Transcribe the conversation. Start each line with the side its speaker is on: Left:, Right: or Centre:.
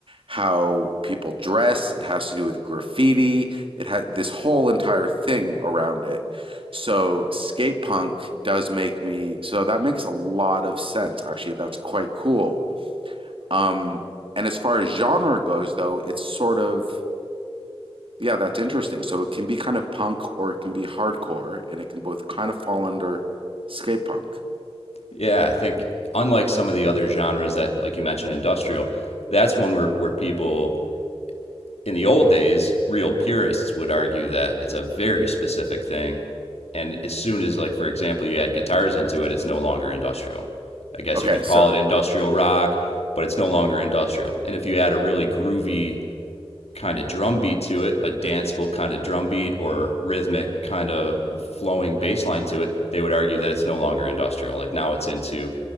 Right: how people dress, it has to do with graffiti, it had this whole entire thing around it. So skate punk does make me, so that makes a lot of sense. Actually, that's quite cool um, and as far as genre goes, though, it's sort of yeah, that's interesting. So it can be kind of punk or it can be hardcore, and it can both kind of fall under skate punk.
Left: Yeah, I think unlike some of the other genres that, like you mentioned, industrial, that's one where, where people in the old days, real purists would argue that it's a very specific thing. And as soon as, like, for example, you add guitars into it, it's no longer industrial. I guess
Right: Okay,
Left: you could call
Right: so
Left: it industrial rock, but it's no longer industrial. And if you add a really groovy kind of drum beat to it, a danceable kind of drum beat or rhythmic kind of flowing bass line to it, they would argue that it's no longer industrial. Like now it's into